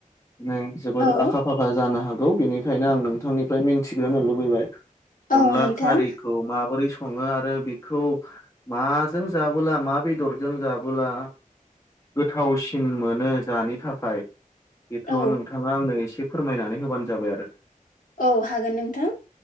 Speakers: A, on the left (about 20°); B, on the left (about 70°).
A: नों जोबोर
B: औ
A: आखा-फाखा जानो हागौ। बेनिखायनो आं नोंथांनिफ्राय मिन्थिग्रोनो लुबैबाय
B: औ
A: अनला
B: नोंथां
A: खारिखौ माबोरै सं ङो आरो बेखौ माजों जाबोला मा बेदरजों जाबोला गोथावसिन मोनो जानि थाखाय बेथ'
B: औ
A: नोंथाङा आंनो एसे फोरमायनानै होबानो जाबाय आरो
B: औ हागोन नोंथां